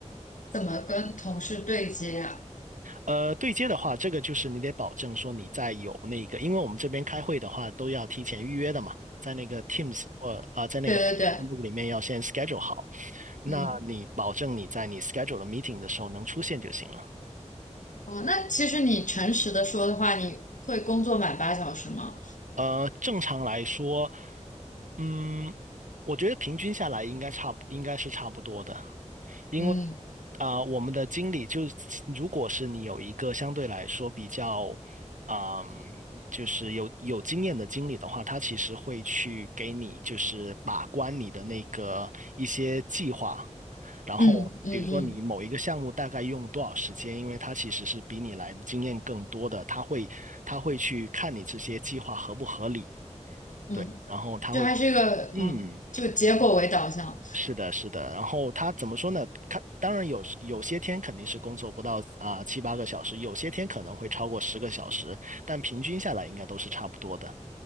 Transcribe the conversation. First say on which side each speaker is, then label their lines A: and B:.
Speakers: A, on the left; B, on the right.
A: 怎么跟同事对接啊？
B: 呃，对接的话，这个就是你得保证说你在有那个，因为我们这边开会的话都要提前预约的嘛，在那个 Teams 或啊、呃在那个
A: 对对对，
B: Outlook 里面要先 schedule 好。那你保证你在你
A: 嗯，
B: schedule 的 meeting 的时候能出现就行了。
A: 哦，那其实你诚实的说的话，你会工作满八小时吗？
B: 呃，正常来说，嗯，我觉得平均下来应该差不，应该是差不多的。因为
A: 嗯
B: 啊、呃我们的经理就是，如果是你有一个相对来说比较，嗯，就是有有经验的经理的话，他其实会去给你就是把关你的那个一些计划，然后比如说你某一个项目大概用多少时间，
A: 嗯嗯嗯。
B: 因为他其实是比你来的经验更多的，他会他会去看你这些计划合不合理，
A: 嗯，
B: 对，然后他会给，
A: 就还是一个嗯，
B: 嗯。
A: 就结果为导向，
B: 是的，是的。然后他怎么说呢？他当然有有些天肯定是工作不到啊七八个小时，有些天可能会超过十个小时，但平均下来应该都是差不多的。